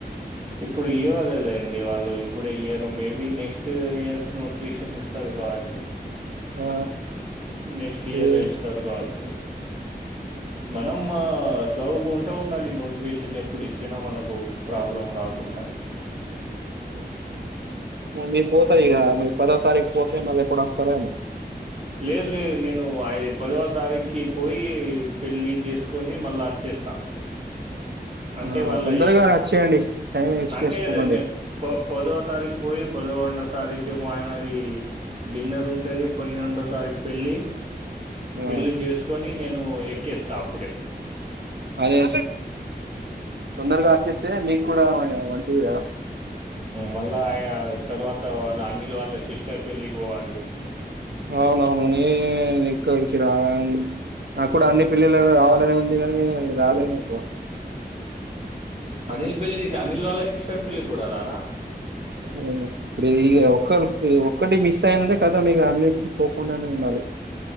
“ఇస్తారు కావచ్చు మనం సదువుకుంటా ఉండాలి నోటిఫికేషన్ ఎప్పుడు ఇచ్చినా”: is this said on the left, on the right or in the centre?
Right